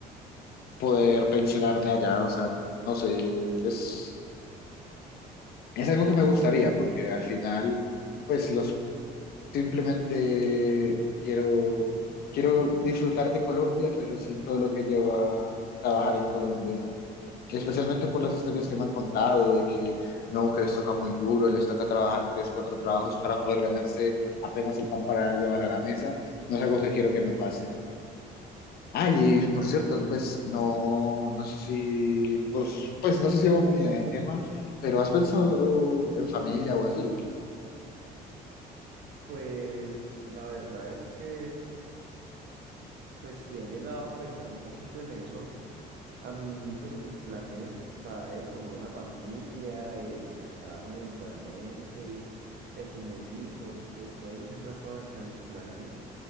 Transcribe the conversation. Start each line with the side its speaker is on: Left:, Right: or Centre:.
Left: poder pensionarme allá, o sea, no sé, es... Es algo que me gustaría, porque al final, pues los simplemente quiero, quiero disfrutar de Colombia, pero sin todo lo que lleva trabajar en Colombia. y Especialmente por las historias que me han contado de que no, que les toca muy duro, les toca trabajar tres, cuatro trabajos para poder ganarse apenas el pan para llevar a la mesa. No es algo que quiero que me pase. Ah, y por cierto, no, pues no, no sé si, pues, pues no sé si va muy bien el tema, pero ¿has pensado en familia o así?
Right: Pues la verdad es que pues sí he llegado a pensar un poquito en eso. A mí pues en mis planes está el formar una familia, el casarme eventualmente, el tener hijos, pues todo eso siempre ha estado dentro de mis planes.